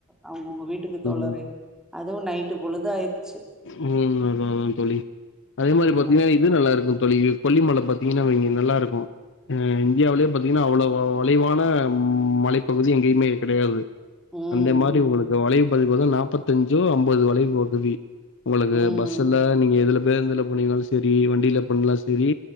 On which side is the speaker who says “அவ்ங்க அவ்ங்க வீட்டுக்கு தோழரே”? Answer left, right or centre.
Centre